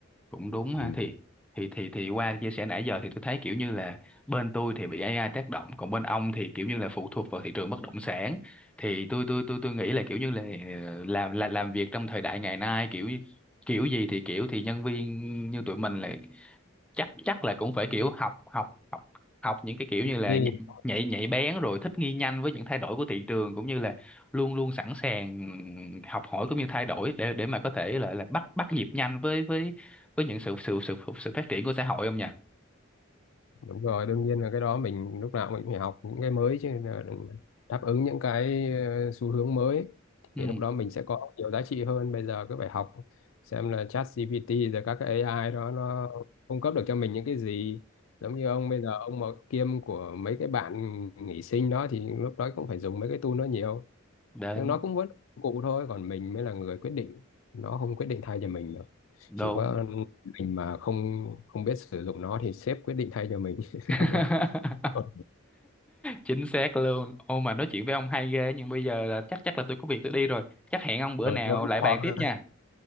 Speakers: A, in the centre; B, on the left.
A: cũng đúng ha
B: Ừ.
A: thì thì thì thì qua chia sẻ nãy giờ thì tôi thấy kiểu như là bên tôi thì bị AI tác động còn bên ông thì kiểu như là phụ thuộc vào thị trường bất động sản thì tôi tôi tôi tôi nghĩ là kiểu như là ờ, làm là làm việc trong thời đại ngày nay kiểu như- kiểu gì thì kiểu thì nhân viên như tụi mình là chắc chắc là cũng phải kiểu học học học học những cái kiểu như là
B: Nên-
A: nhạy nhạy nhạy bén rồi thích nghi nhanh với những thay đổi của thị trường cũng như là luôn luôn sẵn sàng học hỏi cũng như thay đổi để để mà có thể là là bắt bắt nhịp nhanh với với với những sự sự sự sự phát triển của xã hội không nhỉ?
B: đúng rồi đương nhiên là cái đó mình lúc nào mình cũng phải học những cái mới chứ là đừng đáp ứng những cái ờ, xu hướng mới
A: Ừ.
B: thì lúc đó mình sẽ có nhiều giá trị hơn bây giờ cứ phải học xem là ChatGPT rồi các cái AI đó nó cung cấp được cho mình những cái gì giống như ông bây giờ ông mà kiêm của mấy cái bạn nghỉ sinh đó thì lúc đó cũng phải dùng mấy cái tool nó nhiều
A: Đúng,
B: nhưng nó cũng vẫn cụ thôi còn mình mới là người quyết định nó không quyết định thay cho mình được
A: đúng.
B: chỉ có mình mà không không biết sử dụng nó thì sếp quyết định thay cho mình <laughs>
A: <laughs>
B: Đúng rồi. ừ,
A: Chính xác luôn. Ô mà nói chuyện với ông hay ghê nhưng bây giờ là chắc chắc là tôi có việc tôi đi rồi. Chắc hẹn ông bữa
B: ừ,
A: nào
B: tôi cũng
A: lại
B: khó
A: bàn tiếp
B: ha.
A: nha.